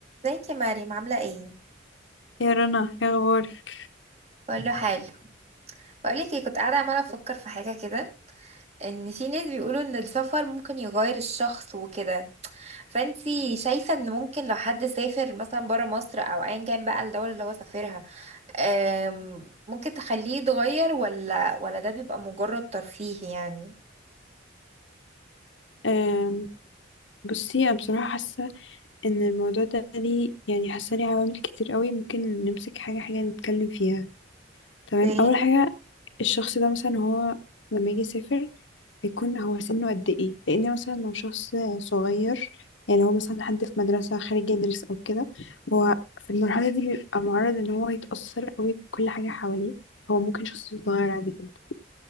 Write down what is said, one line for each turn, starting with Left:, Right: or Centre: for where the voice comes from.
Right: ازيك يا مريم عاملة ايه؟
Left: يا رنا يا اخبارك
Right: بقول له حلو بقولك ايه كنت قاعدة عمالة افكر في حاجة كده ان في ناس بيقولوا ان السفر ممكن يغير الشخص وكده فانتي شايفة ان ممكن لو حد سافر مثلا برا مصر او ايا كان بقى الدولة اللي هو سافرها آم، ممكن تخليه يتغير ولا ولا ده بيبقى مجرد ترفيه يعني؟
Left: أم، بصي انا بصراحه حاسه ان الموضوع ده ليه يعني حاسه ليه عوامل كتير قوي ممكن نمسك حاجه حاجه نتكلم فيها تمام
Right: اوكي
Left: اول حاجه الشخص ده مثلا هو لما يجي يسافر هيكون هو سنه قد ايه لان مثلا لو شخص صغير يعني هو مثلا حد في مدرسه خارج يدرس او كده هو في المرحله دي بيبقى معرض ان هو يتاثر قوي بكل حاجه حواليه هو ممكن شخص صغير عادي جدا انت